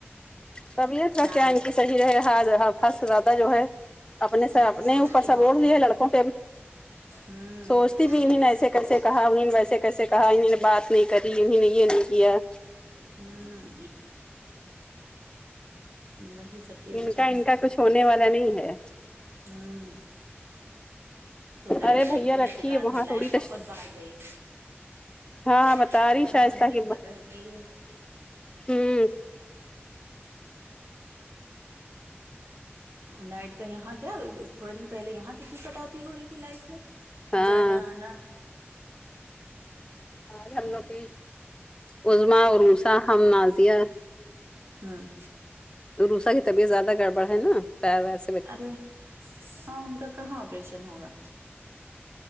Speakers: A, on the left; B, on the right.
A: طبیعت
B: شام
A: کا کیا ان کی صحیح رہ ہاں حد سے زیادہ جو ہے اپنے
B: ہوں
A: سے اپنے
B: سوچتی
A: اوپر
B: بہت
A: سب اوڑ
B: ہے
A: لیے
B: نا
A: لڑکوں پے ابھی
B: ہوں
A: سوچتی تھی انہیں
B: یہی
A: نے
B: سب
A: ایسے
B: چیز
A: کیسے کہا انہیں نے ویسے کیسے کہا انہیں نے بات نہیں کرلی انہیں یہ نہیں کیا
B: ہوں وہی سب چیزیں
A: ان
B: تو
A: کا
B: ہیں
A: ان کا کچھ ہونے والا نہیں ہے
B: ہوں تو کہہ رہی
A: ارے
B: تھی
A: بھیا
B: کہ جو
A: رکھیے
B: ہے پھر رات
A: وہاں
B: میں لائٹ
A: تھوڑی تش
B: بہت بار گئی
A: ہاں
B: میں
A: بتا
B: کا تو
A: رہی
B: خیر
A: شائستہ
B: وہاں دقت
A: کی ب
B: رہتی ہے
A: ہوں
B: لائٹ کا یہاں کیا تھوڑے دن پہلے یہاں کتنی کٹوتی ہو رہی تھی لائٹ میں
A: ہاں
B: جانا آنا
A: آج ہم لوگ گئے عظمی عروسہ ہم نازیہ
B: ہوں
A: عروسہ کی طبیعت زیادہ گڑبڑ ہے نا پیر ویسا
B: ارے ہاں ان کا کہاں آپریشن ہوگا